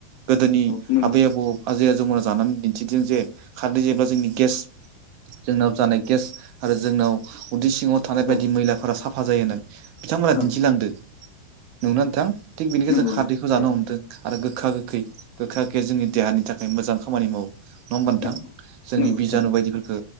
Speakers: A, on the right; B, on the left.
A: गोदोनि
B: औ नंगौ
A: आबै-आबौ आजै-आजौमोना जानानै दिन्थिदों जे खारदै जेब्ला जोंनि गेस जोंनाव जानाय गेस आरो जोंनाव उदै सि- ङाव थानाय
B: औ
A: बायदि मैलाफोरा साफा जायो होननानै बिथांमोना
B: औ
A: दिन्थिलांदो। नंगौना नोंथां? थिग बेनिखाय
B: नंगौ
A: जों
B: नंगौ
A: खारदैखौ जानो
B: थारैनो
A: हमदों। आरो गोखा-गोखै गोखा-गोखैआ जोंनि देहानि थाखाय मोजां खामानि मावो। नङा होमबा नोंथां?
B: औ औ
A: जोंनि
B: नंगौ
A: बिजानु
B: थारैनो
A: बायदिफोरखो